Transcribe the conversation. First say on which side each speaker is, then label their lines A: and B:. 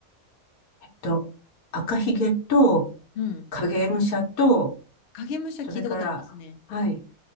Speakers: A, on the left; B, on the left.
A: と、赤ひげと、
B: うん。
A: 影武者と、
B: 影武者聞いたことありますね。
A: それから、はい。